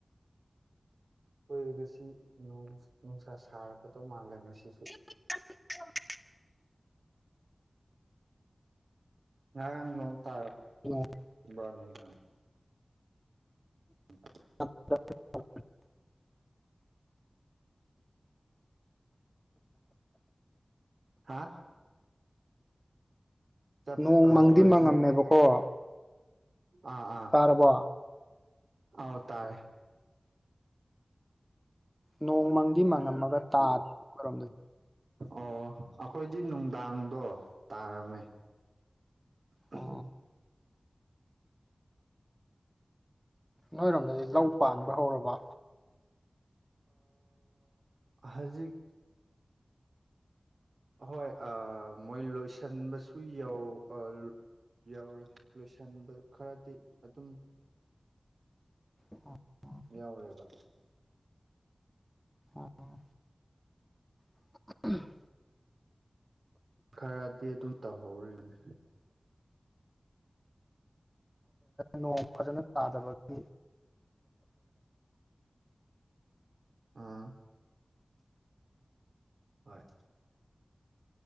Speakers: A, on the right; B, in the centre.
A: ꯑꯣꯏꯣꯏꯔꯒꯁꯤ ꯅꯨꯡꯁꯥ ꯁꯥꯔꯛꯀꯗꯧ ꯃꯥꯜꯂꯦ ꯉꯁꯤꯁꯨ꯫
B: 'unintelligible'
A: ꯉꯔꯡ ꯅꯣꯡ ꯇꯔ꯫
B: ꯎꯝ
A: 'unintelligible' ꯎꯝ
B: 'unaudible'
A: ꯍꯥꯥ꯫ ꯆꯠꯄ
B: ꯅꯣꯡ ꯃꯪꯗꯤ
A: ꯍꯧꯥꯎꯔꯦ
B: ꯃꯪꯉꯝꯃꯦꯕꯀꯣ
A: ꯑꯃꯨꯛꯀ꯫ ꯑꯥ ꯑꯥ
B: ꯇꯥꯔꯕꯣ
A: ꯍꯥꯎ ꯇꯥꯔꯦ꯫
B: ꯅꯣꯡꯃꯪꯗꯤ ꯃꯪꯉꯝꯃꯒ ꯇꯥꯗꯔꯣꯝꯗ꯫
A: ꯑꯣ ꯑꯩꯈꯣꯏꯗꯤ ꯅꯨꯡꯗꯥꯡꯗꯣ ꯇꯥꯔꯝꯃꯦ꯫ ꯎ
B: ꯑꯣ ꯅꯣꯏꯔꯣꯝꯗꯗꯤ ꯂꯧ ꯄꯥꯟꯕ ꯍꯧꯔꯕ꯫
A: ꯑ ꯍꯧꯖꯤꯛ__ ꯑꯍꯣꯏ ꯃꯣꯏ ꯂꯣꯏꯁꯤꯟꯕꯁꯨ ꯌꯥꯧ ꯑ__ ꯌꯥꯎꯔꯦ ꯂꯣꯏꯁꯤꯟꯕꯗꯨ ꯈꯔꯗꯤ ꯑꯗꯨꯝ__
B: 'unintelligible'
A: ꯌꯥꯎꯔꯦꯕ꯫
B: 'unintelligible' 'unintelligible'
A: ꯈꯔꯗꯤ ꯑꯗꯨꯝ ꯇꯧꯍꯧꯔꯤꯕꯅꯤ꯫
B: ꯅꯣꯡ ꯐꯖꯅ ꯇꯥꯗꯕꯒꯤ꯫
A: ꯑꯥ꯫ ꯍꯣꯏ꯫